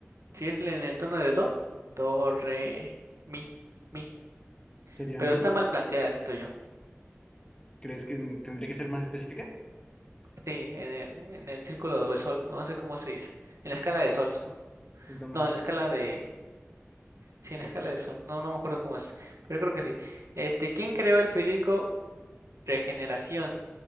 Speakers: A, on the right (about 80°); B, on the left (about 20°).
A: Si es en el tono de do, do, re, mi, mi.
B: ¿Sería
A: Pero
B: mi?
A: está mal planteada, siento yo.
B: ¿Crees que tendría que ser más específica?
A: Sí, en el, en el círculo de sol, no sé cómo se dice, en la escala de sol, supongo.
B: El do menor.
A: no, en la escala de, sí, en la escala de sol, no, no me acuerdo cómo es, pero creo que sí. Este, ¿quién creó el periódico Regeneración?